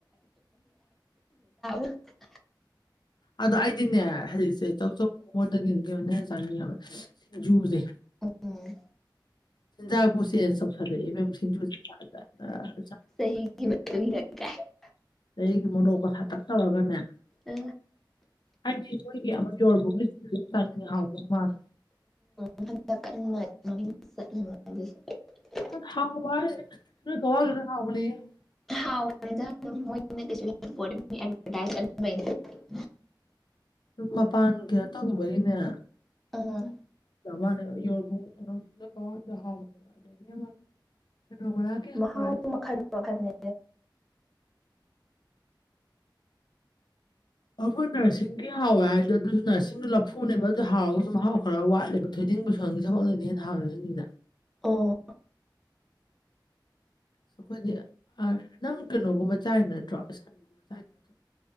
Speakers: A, in the centre; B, on the left (about 60°).
A: <unintelligible> <unintelligible>
B: ꯑꯗꯣ ꯑꯩꯗꯤꯅꯦ ꯍꯧꯖꯤꯛꯁꯦ ꯆꯧꯆꯧ ꯃꯣꯃꯣꯗꯒꯤ ꯀꯩꯅꯣꯅ ꯍꯦꯟꯅ ꯆꯥꯅꯤꯡꯉꯦꯕ ꯁꯤꯡꯖꯨꯁꯦ
A: ꯑꯝ
B: ꯆꯤꯟꯖꯥꯛꯄꯧ ꯆꯦꯟꯖ ꯇꯧꯁꯜꯂꯛꯑꯦ ꯏꯕꯦꯝ ꯁꯤꯡꯖꯨ <unintelligible>
A: ꯁꯍꯤꯒꯤ <unintelligible> <unintelligible>
B: ꯑꯗꯒꯤ ꯃꯣꯔꯣꯛꯀ ꯁꯥꯇꯛ ꯊꯧꯔꯒꯅꯦ
A: ꯑ
B: ꯍꯥꯏꯗꯤ ꯃꯣꯏꯒꯤ ꯑꯃ <unintelligible>
A: <unintelligible>
B: <unintelligible> ꯍꯥꯎꯕꯅꯤꯍꯦ
A: ꯍꯥꯎꯕꯅꯤꯗ <unintelligible>
B: ꯃꯄꯥꯟ ꯀꯩꯅꯣ ꯇꯧꯈꯤꯕꯒꯤꯅꯦ
A: ꯑꯥ
B: <unintelligible>
A: ꯃꯍꯥꯎ
B: ꯍꯥꯏꯗꯣ
A: ꯃꯈꯜ ꯃꯈꯜꯅꯦ
B: ꯑꯩꯈꯣꯏ ꯅꯔꯁꯤꯡꯒꯤ ꯍꯥꯎꯋꯦ ꯍꯥꯏꯗꯣ ꯑꯗꯨꯁꯨ ꯅꯔꯁꯤꯡ ꯂꯐꯨꯅꯦꯕ ꯑꯗꯨ ꯍꯥꯎꯔꯒꯁꯨ ꯃꯍꯥꯎ ꯈꯔ ꯋꯥꯠꯂꯦꯕ ꯊꯣꯏꯗꯤꯡ ꯕꯦꯁꯣꯟꯒꯤ ꯊꯕꯛꯅꯗꯤ ꯍꯦꯟꯅ ꯍꯥꯎꯔꯤ ꯁꯤꯡꯁꯤꯅ
A: ꯑꯣ
B: ꯑꯁ ꯑꯩꯈꯣꯏꯗꯤ ꯅꯪ ꯀꯩꯅꯣꯒꯨꯝꯕ ꯆꯥꯏ ꯅꯠꯇ꯭ꯔꯣ <unintelligible> ꯅꯠꯇ꯭ꯔꯣ